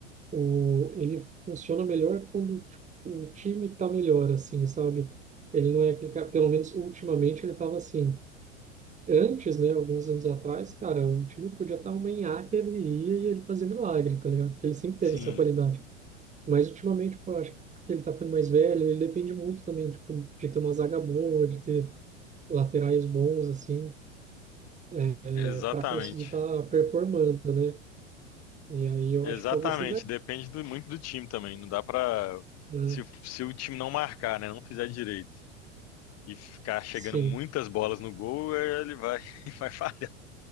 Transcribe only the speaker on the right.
o, ele funciona melhor quando tipo, o time tá melhor, assim, sabe? Ele não é aquele cara, pelo menos ultimamente ele tava assim. Antes, né, alguns anos atrás, cara, o time podia estar uma nhaca, ele ia e ele fazia milagre, tá ligado? Porque ele sempre teve
essa qualidade. Mas ultimamente, pô, eu acho que porque ele tá ficando mais velho, ele depende muito também, tipo, de ter uma zaga boa, de ter laterais bons, assim, é,
para conseguir estar tá performando, né? E aí eu
acho que talvez seja.
Uhum.
Sim,